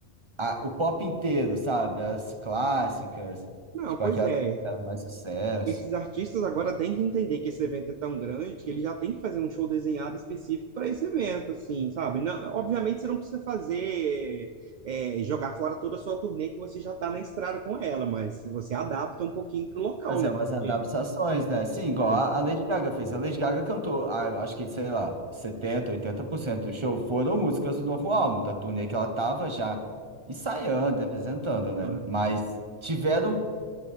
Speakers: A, on the right; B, on the right.
A: a- o pop inteiro, sabe? As clássicas,
B: Não,
A: tipo
B: pois
A: aquelas
B: é.
A: que fizeram mais sucesso.
B: Esses artistas agora têm que entender que esse evento é tão grande que ele já tem que fazer um show desenhado específico para esse evento, assim, sabe? Não, obviamente você não precisa fazer, é, jogar fora toda a sua turnê que você já tá na estrada com ela, mas você adapta um pouquinho pro local,
A: Fazer
B: né?
A: umas
B: Porque,
A: adaptações, né? Sim, igual
B: é,
A: a, a Lady Gaga fez. A Lady Gaga cantou, ah, eu acho que, sei lá, setenta, oitenta por cento do show foram músicas do novo álbum, da turnê que ela tava já ensaiando, e apresentando, né?
B: não é?
A: Mas tiveram